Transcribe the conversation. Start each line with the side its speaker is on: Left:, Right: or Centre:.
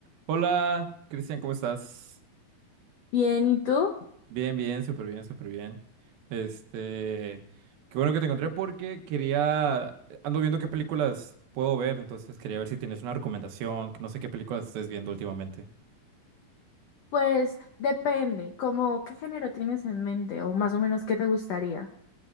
Right: Hola, Cristian, ¿cómo estás?
Left: Bien, ¿y tú?
Right: Bien, bien, súper bien, súper bien. Este, qué bueno que te encontré porque quería, eh, ando viendo qué películas puedo ver, entonces quería ver si tienes una recomendación, que no sé qué películas estés viendo últimamente.
Left: Pues depende, como qué género tienes en mente o más o menos qué te gustaría.